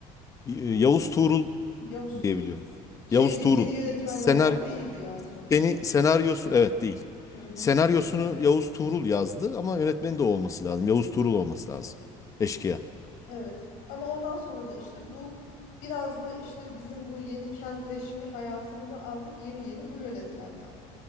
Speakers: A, on the left; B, on the left.
A: Y- Yavuz Tuğrul
B: Yavuz
A: diyebiliyorum.
B: şey
A: Yavuz
B: değil
A: Tuğrul.
B: yeni yönetmenlerden
A: Senaryo
B: değildi yani sonuçta.
A: Seni senaryosu evet değil.
B: Hı hı.
A: Senaryosunu Yavuz Tuğrul yazdı ama yönetmeni de o olması lazım. Yavuz Tuğrul olması lazım. Eşkıya.
B: Evet ama ondan sonra da işte bu biraz da işte bizim bu yeni kentleşme hayatını da artık yeni yeni bu yönetmenler